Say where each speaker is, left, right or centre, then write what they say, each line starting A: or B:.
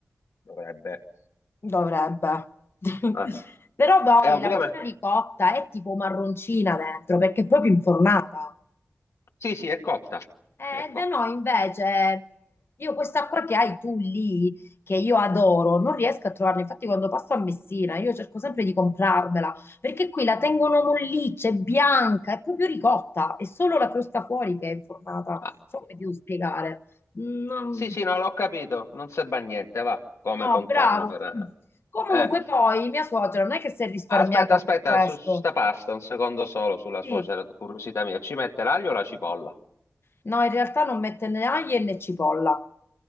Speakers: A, on the left (about 80°); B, on the left (about 55°).
A: Dovrebbe.
B: dovrebbe. <laughs>
A: eh.
B: Però poi
A: E ovviamente.
B: la vostra ricotta è tipo marroncina dentro perché è proprio infornata.
A: Sì, sì, è cotta.
B: Eh,
A: È cotta.
B: da noi invece, io questa acqua che hai tu lì, che io adoro, non riesco a trovarla. Infatti, quando passo a Messina, io cerco sempre di comprarmela, perché qui la tengono molliccia, è bianca, è proprio ricotta, è solo la crosta fuori che è infornata. Non
A: Ah,
B: so come ti devo spiegare. No,
A: Sì, sì, no, l'ho capito. Non serve a niente, va, come
B: no,
A: contorno
B: bravo.
A: per...
B: Comunque,
A: Eh, Eh,
B: poi mia suocera non è che si è risparmiata
A: aspetta, aspetta,
B: per questo.
A: su sta pasta, un secondo solo sulla
B: Sì,
A: suocera, curiosità mia. Ci mette l'aglio o la cipolla?
B: no, in realtà non mette né aglio né cipolla.